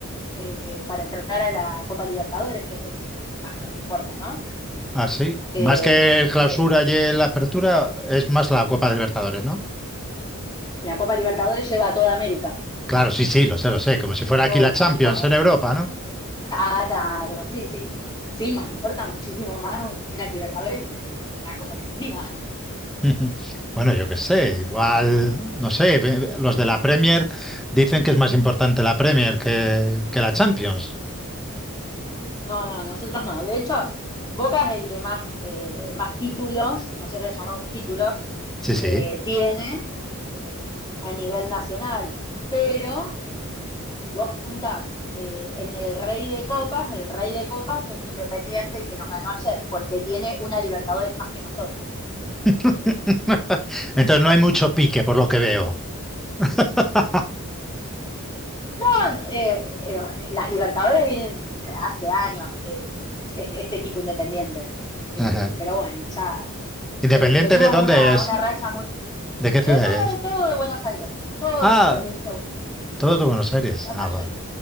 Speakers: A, on the left; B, in the centre.
A: eh, para entrar a la Copa Libertadores, que es lo que más nos importa, ¿no?
B: Ah, sí.
A: Eh,
B: Más que el clausura
A: eh,
B: y el apertura, es más la Copa de Libertadores, ¿no?
A: la Copa Libertadores lleva a toda América,
B: Claro, sí, sí, lo sé, lo sé. Como si fuera aquí
A: todos
B: la
A: los
B: Champions
A: equipos de
B: en
A: América.
B: Europa, ¿no?
A: Ah, claro, sí, sí. Sí, nos importa muchísimo más una Libertadores que una Copa Argentina.
B: Ujú. Bueno, yo qué sé, igual, no sé, ve- ve- los de la Premier dicen que es más importante la Premier que, que la Champions.
A: No, no, nosotros no. De hecho, Boca es el que más, eh, más títulos, nosotros llamamos títulos,
B: Sí, sí.
A: eh, tiene eh, a nivel nacional. Pero vos juntás eh, en el Rey de Copas, el Rey de Copas es Independiente y que nos ganó ayer, porque tiene una Libertadores más que nosotros.
B: <laughs> Entonces no hay mucho pique, por lo que veo. <laughs>
A: Son, eh, eh, las Libertadores vienen hace años, eh, este, este, equipo Independiente. Eh,
B: Ajá.
A: pero bueno, ya
B: Independiente
A: eh, venimos
B: de dónde
A: una,
B: es,
A: una racha muy...
B: de qué ciudad
A: De, no,
B: es.
A: de todo de Buenos Aires, todos
B: Ah,
A: de la provincia de Buenos Aires,
B: todo de Buenos Aires.
A: la
B: Ah,
A: mayoría.
B: va,